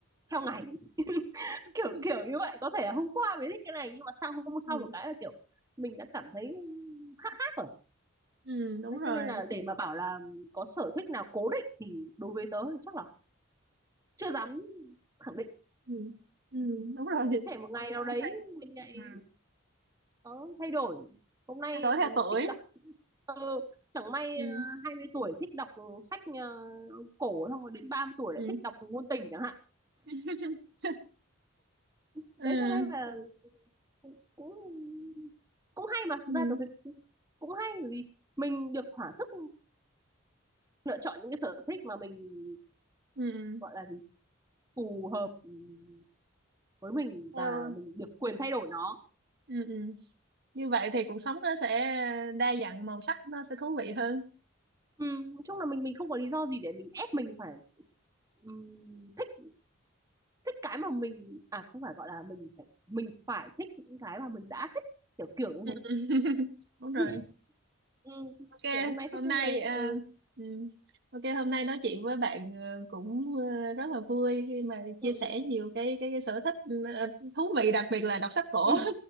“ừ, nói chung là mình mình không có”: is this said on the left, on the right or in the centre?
Right